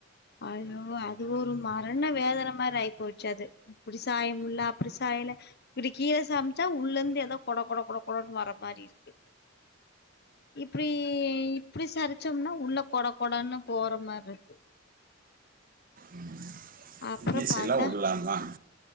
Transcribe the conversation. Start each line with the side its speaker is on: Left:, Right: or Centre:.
Left: அய்யோ அது ஒரு மரண வேதன மாரி ஆயி போச்சு அது இப்டி சாய முடில்ல அப்டி சாயல இப்டி கீர சமைமிச்சா உள்ள இருந்து எதோ கொட கொட கொட கொடன்னு வர மாரி இருக்கு இப்டி இப்டி சரிச்சோம்னா உள்ள கொட கொடனு போற மாரி இருக்கு
Right: ம்
Left: அப்றோ
Right: இன்னிசியல
Left: பாத்தா
Right: உடலாமா